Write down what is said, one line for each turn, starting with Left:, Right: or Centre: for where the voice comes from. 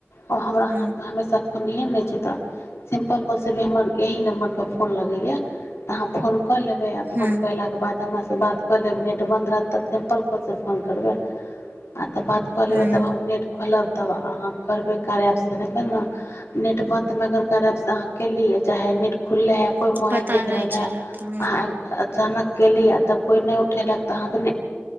Left: ओ हमरा
Right: ह
Left: हाथमे हमेशा फोनिए नहि छै तऽ सिम्पल कॉलसँ भी हमर यह नम्बर पर फोन लगैए तऽ अहाँ फोन कऽ लेबै आओ फोनयलाके
Right: ह
Left: बाद हमरा से बात कऽ लेब नेट बन्द रहत तऽ सिम्पल कलसँ फोन करबै आ तब बात कऽ
Right: हूँ
Left: लेबै तब हम नेट खोलब तब अहाँ करबै कार आपसँ नहि तब ने नेट बंन्द मे अगर करेब से अहाँ किय चाहे नेट खुलले हइ कोइ मोबाइल
Right: पता
Left: देख
Right: नहि
Left: रहल हइ
Right: चलत हँ
Left: अहाँ अचानक कली आ तब कोइ नहि उठेलक तऽ अहाँके